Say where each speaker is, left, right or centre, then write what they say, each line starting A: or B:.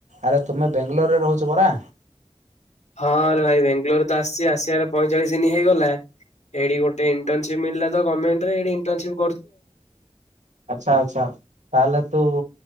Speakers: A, on the right (about 85°); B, on the left (about 75°).
A: ଆରେ ତୁମେ ବେଙ୍ଗେଲୋରରେ ରହୁଛ ପରା
B: ହଁରେ ଭାଇ ବେଙ୍ଗଲୋର ତ ଆସିଛି ଆସିବାର ହେଇଗଲା ଏଠି ଗୋଟେ ଇଣ୍ଟରସିପି ମିଳିଲାତ ଗମେଣ୍ଟେରେ ଇଣ୍ଟରସିପି
A: ଆଛା ଆଛା ତାହଲେ ତୁ